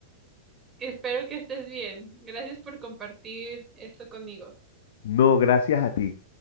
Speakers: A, on the right (about 20°); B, on the left (about 65°).
A: Espero que estés bien. Gracias por compartir esto conmigo.
B: No, gracias a ti.